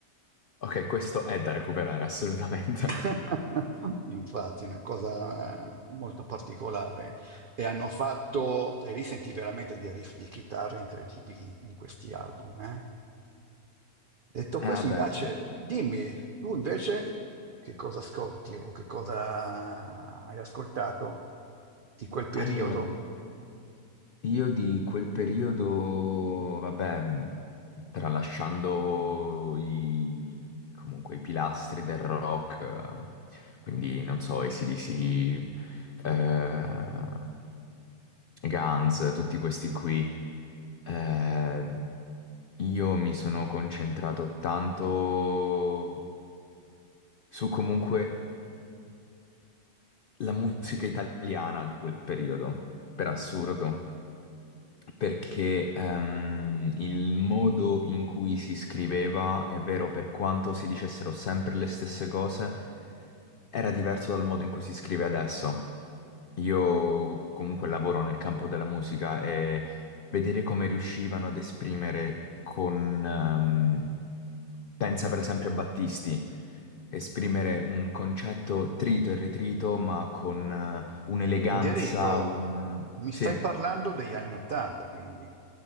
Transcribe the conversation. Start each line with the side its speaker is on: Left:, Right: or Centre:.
Left: Ok, questo è da recuperare assolutamente.
Right: <laughs> Infatti, una cosa molto particolare. E hanno fatto, e lì senti veramente dei riff di chitarra incredibili in questi album. eh. Detto
Left: <laughs>
Right: questo,
Left: Eh, vabbè,
Right: invece,
Left: sì.
Right: dimmi, tu invece che cosa ascolti o che cosa hai ascoltato di quel periodo?
Left: Allora, Io di quel periodo, vabbè, mh, tralasciando i, comunque i pilastri del rock, eh, quindi non so, AC/DC, eh, Guns, tutti questi qui, eh, io mi sono concentrato tanto su comunque la musica italiana di quel periodo, per assurdo. Perché ehm, il modo in cui si scriveva, è vero, per quanto si dicessero sempre le stesse cose, era diverso dal modo in cui si scrive adesso. Io comunque lavoro nel campo della musica e vedere come riuscivano ad esprimere con... ehm, pensa per esempio a Battisti, esprimere un concetto trito e ritrito, ma con eh, un'eleganza,
Right: Federico,
Left: un...
Right: mi
Left: Sì,
Right: stai parlando degli anni Ottanta, quindi.